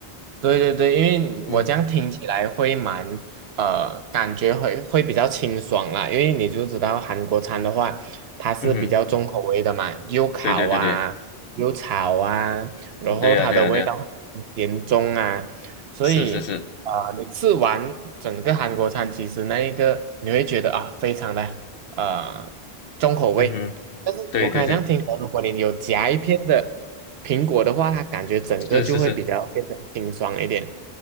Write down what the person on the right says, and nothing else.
对对对，因为我这样听起来会蛮呃，
感觉会会比较清爽啦。因为你就知道韩国餐的话，它是比较重口味的嘛，
又烤啊，
又炒啊，然后它的味道很严重啊，
所以啊，
你吃完整个韩国餐，其实那一个你会觉得啊，非常的呃重口味，
但是我刚才这样听起来，
如果你有夹一片的苹果的话，它感觉整个就会比较变得清爽一点。